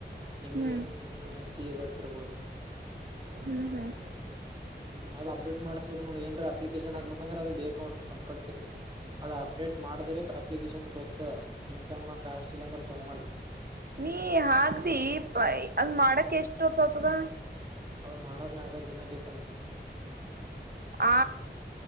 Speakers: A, on the right (about 25°); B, on the right (about 55°).
A: ನಿಮಗ
B: ಹ್ಮ್
A: ನ್ ಹ ಸಿ ಬರ್ತರ್ಬೋದು
B: ಹ್ಮ್ ಹ್ಮ್
A: ಹ್ಮ್ ಅಡಟ್ ಮಾಡ್ಬೇಕ ನೋಡಿ ಏನ್ರಿ ಅಪ್ಲಿಕೇಶನ್ ಆಗ್ಬೇಕಂದ್ರ ಅದು ಬೇಕ ನೋ ಕಂಪಲ್ಸರಿ ಅದ ಅಪ್ಡೇಟ್ ಮಾಡದ್ರ ಅಪ್ಲಿಕೇಶನ್ ತೋತ ಇನ್ಕಮ್ ಕಾಸ್ಟ್ ಇಲ್ಲ ಅಂದ್ರ ತೋಮಲ್ಲ
B: ನೀ ಹಾಗಗ್ದಿ ಅಲ್ ಮಾಡಕ್ ಎಷ್ಟುತತದ
A: ಅದು ಮಾಡಕ್ ನಾಗೈ ದಿನ ಬೇಕಂತ
B: ಆ